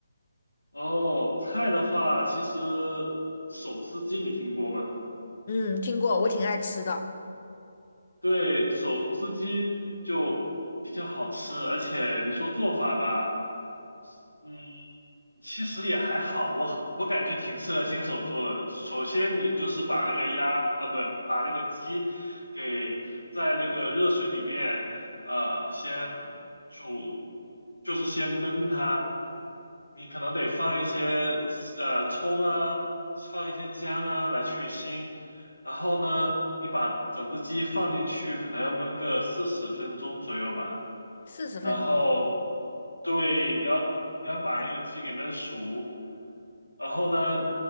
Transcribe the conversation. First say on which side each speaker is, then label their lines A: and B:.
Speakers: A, on the left; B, on the left.
A: 哦，菜的话，其实手撕鸡你听过吗？
B: 嗯，听过，我挺爱吃的，
A: 对，手撕鸡就比较好吃，而且你说做法吧，嗯，其实也还好，我我感觉挺适合新手做的。首先，你就是把那个鸭啊，不，把那个鸡给在那个热水里面，呃，先煮，就是先焖它。你可能得放一些呃葱啊，放一些姜啊来去腥。然后呢，你把整只鸡放进去，可能要焖个四十分钟左右吧。
B: 四十分钟，
A: 然后，对，你要你要把那个鸡给焖熟。
B: 明白。
A: 然后呢，